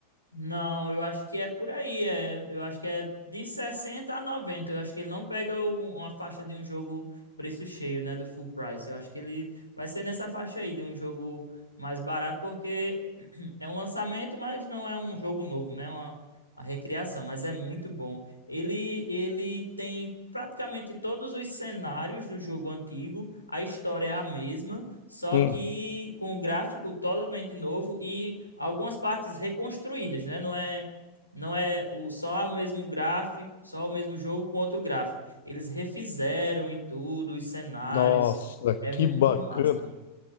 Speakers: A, on the left; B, on the left.
A: Não, eu acho que é por aí, é. Eu acho que é de 60 a 90. Eu acho que ele não pega o- uma faixa de um jogo preço cheio, né, do full price. Eu acho que ele vai ser nessa faixa aí de um jogo mais barato, porque <clears throat> é um lançamento, mas não é um jogo novo, né? É Uma, uma recriação, mas é muito bom. Ele ele tem praticamente todos os cenários do jogo antigo. A história é a mesma. Só
B: Sim.
A: que com um gráfico totalmente novo e algumas partes reconstruídas, né? Não é, não é o, só o mesmo gráfico, só o mesmo jogo com outro gráfico. Eles refizeram e tudo, os cenários.
B: Nossa,
A: É
B: que
A: muito
B: bacana.
A: massa.